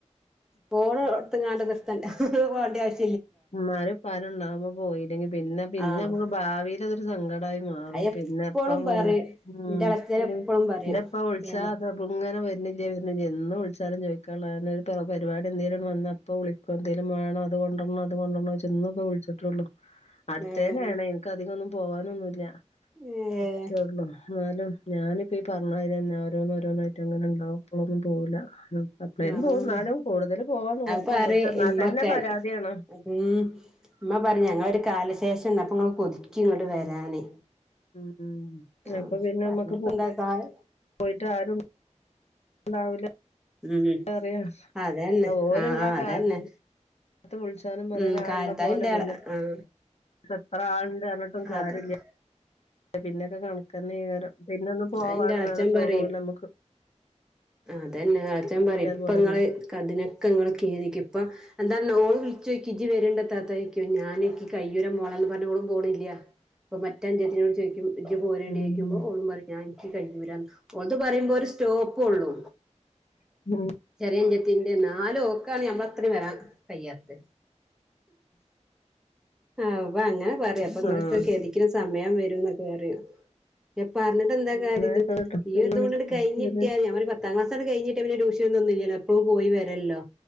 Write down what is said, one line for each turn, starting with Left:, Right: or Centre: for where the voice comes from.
Centre: പോണ് ഇട്ത്ത്കാണ്ട് ഹ് ഹ്
Left: <unintelligible> പോയില്ലെങ്കി പിന്നെ പിന്നെ
Centre: ആഹ്
Left: നമ്മക്ക് ഭാവിൽ അതൊരു സങ്ക ണ്ടായി മാറും
Centre: അത് എപ്പളും
Left: പിന്നെപ്പം
Centre: പറയും
Left: ഉം.
Centre: ഇന്റെ എളച്ചന് എപ്പളും പറയും
Left: എന്റെ ഇപ്പ വിളിച്ചാ
Centre: പിന്നെ
Left: അത് ഇങ്ങനെ വരുന്നില്ലേ വര് എന്ന് വിളിച്ചാലും ചോദിക്കുള്ള പരിപാടി എന്തെലും വന്ന പ്പൊ വിളിക്കു എന്തേലും വേണോ അത് കൊണ്ടോ കൊണ്ടോര്‌ണോച്ച് പ്പ വിളിച് ട്ടൊള്ളു അടുത്തേനണേ
Centre: ഏഹ്
Left: എനക്ക് അധികൊന്നും പോകാനൊന്നുല്ല.
Centre: ഏഹ്
Left: കുറച്ചുള്ളൂ എന്നാലും ഞാനിപ്പോ ഈ പറഞ്ഞ മാതിരി ഓരോന്നു ഓരോന്നു ആയിട്ട് അങ്ങനെ ഉണ്ടാവും. അപ്പോളൊന്നും പോവൂല എപ്പളേലും
Centre: ആഹ്
Left: പോകും എന്നാലും കൂടുതൽ പോവാൻ നോക്കും
Centre: അപ്പൊ പറയും
Left: പക്ഷെ എന്നാ
Centre: ഇമ്മക്കെ
Left: തന്നെ പരാതിയാണ്.
Centre: ഉം ഉമ്മ പറഞ്ഞു ഞങ്ങളൊരു കാലശേഷം എന്നപ്പ ഇങ്ങള് കൊതിക്കും ഇങ്ങോട്ട് വരാന്.
Left: ഉം എളുപ്പം
Centre: ആഹ്
Left: പിന്നെ
Centre: പറഞ്ഞിട്ടിപ്പ
Left: നമ്മക്ക് പോ
Centre: എന്താ കാലം
Left: പോയിട്ട് ആരുണ്ടാവില്ല.
Centre: ഉം
Left: അറിയ
Centre: അതന്നെ
Left: ഓലുള്ള
Centre: ആഹ്
Left: കാൽ
Centre: അതന്നെ
Left: ത്തും വിളിച്ചാനും പറയാന്
Centre: ഉം
Left: ആളുള്ള
Centre: കാലത്ത്
Left: പോലെ
Centre: അയിന്റെ
Left: പിന്നെ
Centre: ആഹ്
Left: അപ്പ എത്ര ആളുണ്ട് എന്ന് പറഞ്ഞിട്ടും കാര്യമില്ല
Centre: അതന്നെ
Left: പിന്നൊക്കെ കണക്കന്നീകാരം. പിന്നെ ഒന്നും പോവാനൊന്നും
Centre: അയിന്റെ എളച്ചൻ
Left: തോന്നൂല
Centre: പറയും
Left: നമ്മുക്ക്.
Centre: അതന്നെ എളച്ചൻ പറയും ഇപ്പ
Left: പോലെ
Centre: ഇങ്ങള് അതിനൊക്കെ ഇങ്ങള് ഖേദിക്കും ഇപ്പൊ എന്താണ് ഓൾ വിളിച്ചോയ്ക്കും ഇജ്ജ് വരേണ്ടത്താത്ത ചോയ്ക്കും ഞാനേക്ക് കയ്യൂല മോളേ ന്ന് പറഞ്ഞ ഓളും പോണില്ല. അപ്പൊ മറ്റ അനുജത്തികളും ചോദിക്കും ഇജ്ജ് പോരോടി
Left: ഉം
Centre: ചോയ്ക്കുമ്പോ ഓള് പറ ഞാൻ എനിക്ക് കയ്യൂല ഓക്ക് പറയുമ്പോ ഒരു സ്റ്റോപ്പ് ഉള്ളു.
Left: ഉം.
Centre: <unintelligible> ന്നാലും ഓക്കാണ് ഞമ്മളത്രയും വരാം കയ്യാത്തെ ആഹ് അപ്പൊ അങ്ങനെ പറയും അപ്പൊ ഇങ്ങളൊക്കെ
Left: ആഹ്
Centre: ഗേദിക്ക്ണ സമയം വരുന്ന് അപ്പ പറയും എപ് പറഞ്ഞിട്ട് എന്താ
Left: എന്നായിക്കോട്ടെ
Centre: കാര്യം ഇത് ഈ
Left: പിന്നെ
Centre: ഇതുകൊണ്ടിണ്ട്
Left: വിളിക്കാം
Centre: കഴിഞ്ഞി
Left: ഉം
Centre: ഒരു പത്താം ക്ലാസാണ്ട് കഴിഞ്ഞിട്ടിയാ പിന്നെ ട്യൂഷനു ഇതൊന്നുല്ല്യല്ലോ എപ്പളും പോയി വരല്ലോ.